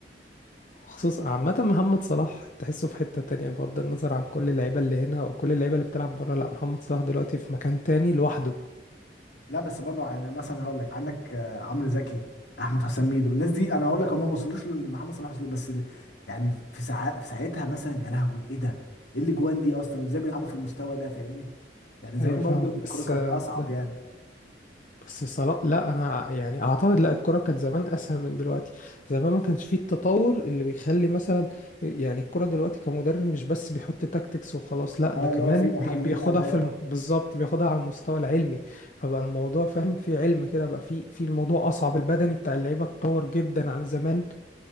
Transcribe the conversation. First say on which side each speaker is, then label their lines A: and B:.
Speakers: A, on the left (about 45°); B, on the left (about 75°).
A: خصوصا عامة محمد صلاح تحسه في حتة تانية بغض النظر عن كل اللعيبة اللي هنا وكل اللعيبة اللي بتلعب برا لا محمد صلاح دلوقتي في مكان تاني لوحده
B: لا بس برضه يعني مثلا هقول لك عندك آه، عمرو زكي احمد حسام ميدو الناس دي انا هقول لك هم ما وصلوش لمحمد صلاح وصلوا بس ال- يعني في ساعات في ساعتها مثلا يا لهوي ايه ده ايه الاجوان دي اصلا ازاي بيلعبوا في المستوى ده فاهمني يعني زمان
A: أيوة فاهمك
B: برضه الكوره
A: بس
B: كانت اصعب
A: ب-
B: يعني
A: بس صلاح لا أنا يعني أعتقد لا الكرة كانت زمان أسهل من دلوقتي زمان ما كانش فيه التطور اللي بيخلي مثلا يعني الكرة دلوقتي كمدرب مش بس بيحط تاكتكس وخلاص لا
B: اه
A: ده كمان
B: اللي هو في محللين
A: بي- بياخدها
B: اداء
A: في الم... بالظبط بياخدها على المستوى العلمي فبقى الموضوع فاهم فيه علم كده بقى فيه في الموضوع أصعب البدني بتاع اللعيبة اتطور جدا عن زمان